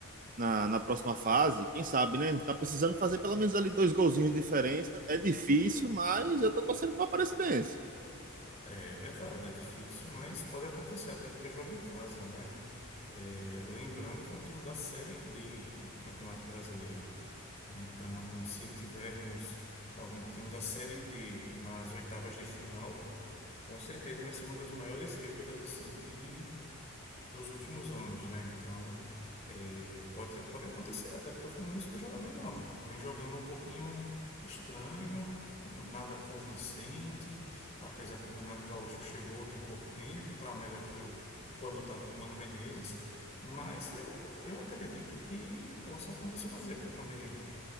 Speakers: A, on the right; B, on the left.
A: na, na próxima fase. Quem sabe, né? Tá precisando fazer pelo menos ali dois golzinhos de diferença. É difícil, mas eu tô torcendo pro Aparecidense.
B: É verdade, é difícil, mas pode acontecer, até porque joga em casa, né? É, lembrando que é um time da Série D do Campeonato Brasileiro. Então, se tivermos algum time da Série D nas oitavas de final, com certeza vai ser uma das maiores zebras assim que dos últimos anos, né? Então, eh, pode, pode acontecer, até porque o Fluminense não joga bem, não. Vem jogando um pouquinho estranho, nada convincente, apesar que o Renato Gaúcho chegou tem pouco tempo, tá melhor que quando estava com o Mano Menezes, mas eu, eu acredito que possa acontecer uma zebra também aí.